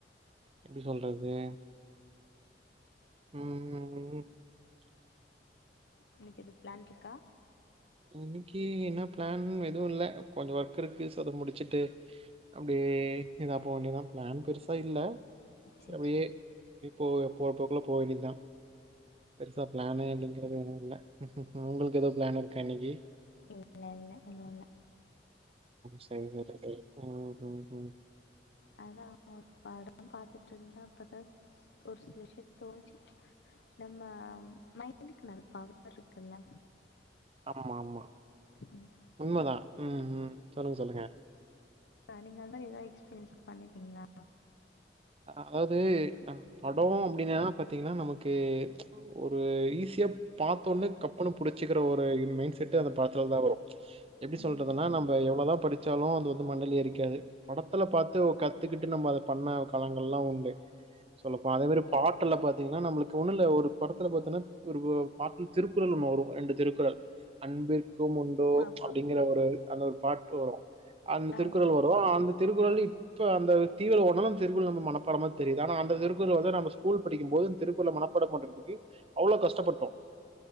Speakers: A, on the right (about 35°); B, on the left (about 80°).
A: எப்டி சொல்றது ம் ம்
B: இன்னக்கு எது பிளான் இருக்கா
A: இன்னிக்கு என்ன பிளான் எதுவு இல்ல கொஞ்சோ ஒர்க் இருக்கு சோ அத முடிச்சுட்டு அப்டியே ஏதா போ வேண்டிதா பிளான் பெருசா இல்ல
B: செர்
A: சரி அப்டியே
B: செரி
A: இப்போ போறபோக்குள்ள போகவேண்டிதா பெருசா பிளானு அப்டிங்கறது எது இல்ல உங்களுக்கு ஏதோ பிளான் இருக்கு கணிக்கி
B: இல்ல இல்ல ஒன்னும் இல்ல
A: செரி செரி உம் உம் உம்
B: அதான் ஒரு படம் பாத்துட்டு இருந்தா அப்போதா ஒரு சில விஷயத் தோணுச்சு நம்ம மைண்டுக்கு நல்ல பவர் இருக்குல்ல
A: ஆமா ஆமா
B: ம்
A: உண்மதா ம் ம் சொல்லுங்க சொல்லுங்க
B: நீங்கள அந்த மாரி ஏதாவது எக்ஸ்பீரியன்ஸ் பண்ணிருக்கீங்களா
A: அதாது படோ
B: ம்,
A: அப்டின பாத்தீங்கனா நமக்கு ஒரு ஈஸியா பாத்தோன்னு கப்பனு பிடிச்சிக்கிற ஒரு மைண்ட் செட் அத படத்த தா வரோ எப்டி
B: ம்.
A: சொல்றதுன நம்ப எவ்ளோ தா படித் சாலோ அது வந்து மண்டைல ஏறிக்காது படத்துல பார்த்து கத்துக்கிட்டு நம்ம அதை பண்ண பலங்கள்லா உண்டு சொல்லப்போ அத மாரி பாட்டு படத்துல பாத்தீங்கனா நம்ளுக்கு ஒண்ணும் இல்ல ஒரு படத்துல பாத்தீங்கன்னா ஒரு பாட்ட திருக்குறள் ஒண்ணு வரோ ரெண்டு திருக்குறள் அன்பிற் க்கும் உண்டோ
B: ஆமா
A: அப்டிங்கிற
B: ஆமா
A: ஒரு அந்த ஒரு பாட்டு வறோ அந்த
B: ஆமா
A: திருக்குறள் வரோ அந்த திருக்குறள் இப்ப அந்த தீவிர ஒன்னோ திருவுள் நம்ம மனப்பாடமா தெரிது ஆனா அந்த திருகுறள் நம்ம ஸ்கூல் படிக்கும் போது அந்த திருகுறள் மனப்பாடம் பண்றதுகு அவ்ளோ கஷ்டப்பட்டோ